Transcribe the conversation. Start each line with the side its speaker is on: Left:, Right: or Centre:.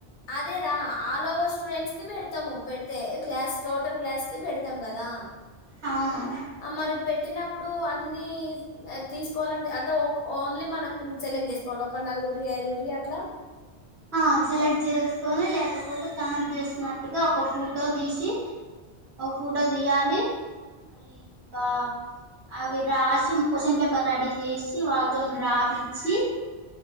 Left: అదేరా ఆల్ ఓవర్ స్టూడెంట్స్ కి పెడతము పెడితే, క్లాస్ టోటల్ క్లాస్ కి పెడతాం కదా
Right: అవును
Left: మరి పెట్టినప్పుడు అన్ని తీసుకోవాలని అంటే ఓక్ ఓన్లీ మన మ సెలెక్ట్ చేసుకోవాల, ఒక నాలుగురి ఐదుగురి అట్లా
Right: ఆ సెలెక్ట్ చేసుకొని లేకపోతే కనెక్ట్ చేసినట్టుగా ఒక ఫోటో తీసి ఒక పూట తియ్యాలి, మళ్ళీ ఇంకా అవి రాసి క్వశ్చన్ పేపర్ రెడీ చేసి వాళ్ళతోని రాపిచ్చి